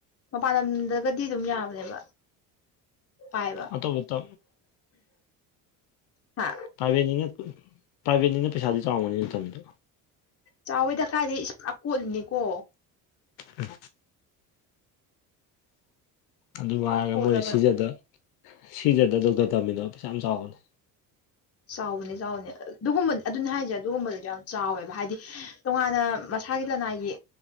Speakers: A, on the left; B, on the left.
A: ꯃꯄꯥꯟ ꯂꯝꯗꯒꯗꯤ ꯑꯗꯨꯝ ꯌꯥꯕꯅꯦꯕ ꯄꯥꯏꯕ
B: ꯑꯇꯣꯞꯄ
A: ꯍꯥ
B: ꯄ꯭ꯔꯥꯏꯚꯦꯠꯅꯤꯅ ꯄ꯭ꯔꯥꯏꯚꯦꯠꯅꯤꯅ ꯄꯩꯁꯥꯗꯤ ꯆꯥꯎꯕꯅꯤ ꯃꯇꯝꯕꯤꯗꯣ
A: ꯆꯥꯎꯋꯦꯗ ꯀꯥꯏꯗꯗꯤꯀꯣꯠꯂꯤꯅꯤꯀꯣ
B: ꯎꯝ ꯑꯗꯨ ꯍꯥꯏꯥꯏꯔꯒ
A: ꯄꯨꯔꯥ ꯀꯣꯠꯂꯕꯅꯦ
B: ꯃꯣꯏꯁꯦ ꯁꯤꯖꯗ ꯁꯤꯖꯗ ꯗꯣꯛꯇꯔ ꯇꯝꯃꯤꯅꯣ ꯄꯩꯁꯥ ꯌꯥꯝ ꯆꯥꯎꯕꯅꯦ
A: ꯆꯥꯎꯕꯅꯦ ꯆꯥꯎꯕꯅꯦ ꯑꯗꯨꯒꯨꯝꯕ ꯑꯗꯨꯅ ꯍꯥꯏꯁꯦ ꯑꯗꯨꯒꯨꯝꯕꯗꯨꯁꯨ ꯌꯥꯝ ꯆꯥꯎꯋꯦꯕ ꯍꯥꯏꯗꯤ ꯇꯣꯉꯥꯟꯅ ꯃꯁꯥꯒꯤ ꯂꯅꯥꯏꯒꯤ